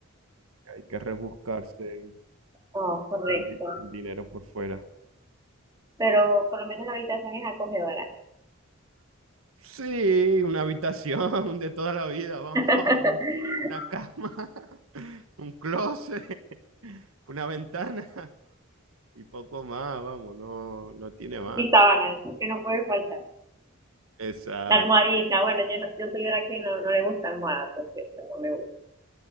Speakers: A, on the right; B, on the right.
A: Hay que rebuscarse
B: Oh, correcto.
A: el, di- el dinero por fuera.
B: Pero por lo menos la habitación es acogedora.
A: Sí, una habitación <laughs> de toda la vida, vamos,
B: <laughs>
A: <laughs> un- una cama, <laughs> un closet, una ventana. Y poco más, vamos, no, no tiene más.
B: Mis sábanas, que no puede faltar.
A: Exacto.
B: La almohadita. Bueno, yo, no- yo soy de la que no, no le gusta almohada, por cierto, no me gusta.